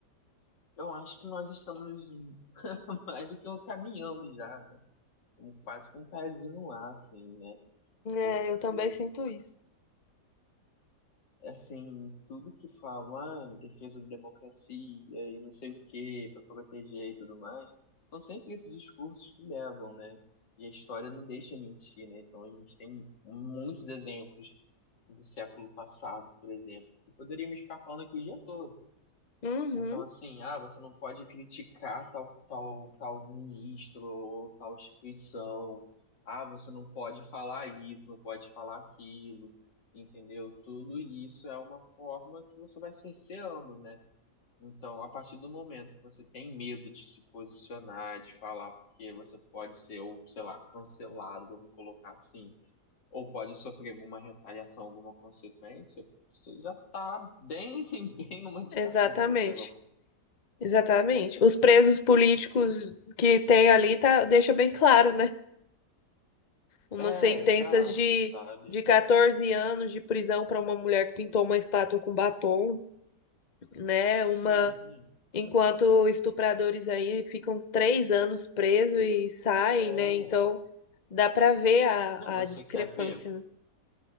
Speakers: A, on the left; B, on the left.
A: eu acho que nós estamos <laughs> mais do que caminhando já, né? Estamos quase com um pezinho lá, assim, né? Porque
B: É, eu também sinto isso.
A: assim, tudo que falam, ah, em defesa da democracia e não sei o quê, para proteger e tudo mais, são sempre esses discursos que levam, né? E a história não deixa mentir, né? Então a gente tem muitos exemplos do século passado, por exemplo, que poderíamos ficar falando aqui o dia todo.
B: Uhum,
A: Então, assim, ah, você não pode criticar tal, tal, tal ministro ou tal instituição. Ah, você não pode falar isso, não pode falar aquilo, entendeu? Tudo isso é uma forma que você vai cerceando, né? Então, a partir do momento que você tem medo de se posicionar, de falar, porque você pode ser, ou sei lá, cancelado, vamos colocar assim, ou pode sofrer alguma retaliação, alguma consequência, você já tá bem, <laughs> bem numa ditadura,
B: exatamente.
A: né? Vamos
B: Exatamente. Os presos políticos que tem ali tá, deixa bem claro, né? Umas
A: É,
B: sentenças
A: exato,
B: de,
A: sabe?
B: de 14 anos de prisão para uma mulher que pintou uma estátua com batom, né? Uma
A: Sim,
B: Enquanto estupradores aí ficam três anos presos e saem,
A: é.
B: né? Então dá pra ver a,
A: Não, você
B: a discrepância.
A: quer ver?
B: né?